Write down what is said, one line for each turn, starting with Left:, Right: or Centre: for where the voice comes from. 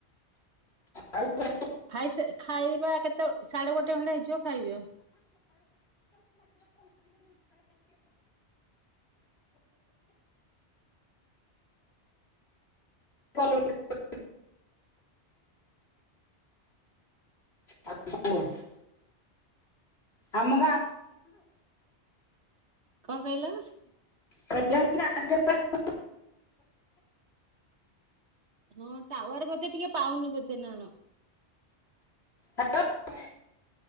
Left: ଆଉ <inaudible>
Right: ଖାଇ ଶା ଖାଇବା କେତେ ସାଢ଼େ ଗୋଟେ ଖଣ୍ଡେ ହେଇଯିବ ଖାଇବା।
Left: କଲ୍ <inaudible> ଆ <inaudible> ଆମ ଗାଁ।
Right: କଣ କହିଲେ?
Left: <unintelligible>
Right: ହଁ ଟାୱାର ବୋଧେ ଟିକେ ପାଉନି ବୋଧେ ନାଣ।
Left: ହ୍ୟା <inaudible>